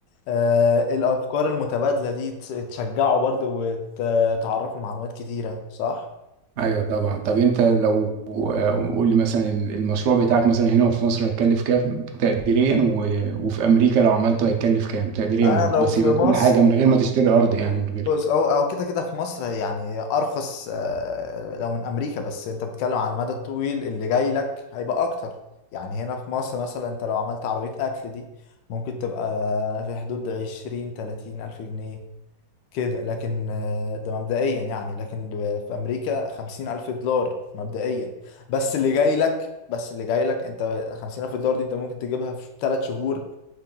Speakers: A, on the left (about 80°); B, on the right (about 85°).
A: آه الأفكار المتبادلة دي تس- تشجعه برضه وتعرفه معلومات كتيرة صح؟
B: ايوه طبعا طب انت لو آه، قول لي مثلا ال- المشروع بتاعك مثلا هنا في مصر هيتكلف كام تقديريا و- وفي امريكا لو عملته هيتكلف كام تقديريا
A: انا
B: برضه
A: لو
B: بس
A: في
B: يبقى
A: مصر
B: كل حاجه من غير ما تشتري ارض يعني من غير
A: بص او او كده كده في مصر يعني ارخص آه، لو من امريكا بس انت بتتكلم على المدى الطويل اللي جاي لك هيبقى اكتر يعني هنا في مصر مثلا انت لو عملت عربية اكل دي ممكن تبقى في حدود عشرين تلاتين الف جنيه كده لكن آه، ده مبدئيا يعني لكن ب- في أمريكا خمسين ألف دولار مبدئيا بس اللي جاي لك بس اللي جاي لك أنت خمسين ألف دولار دي أنت ممكن تجيبها في ثلاث شهور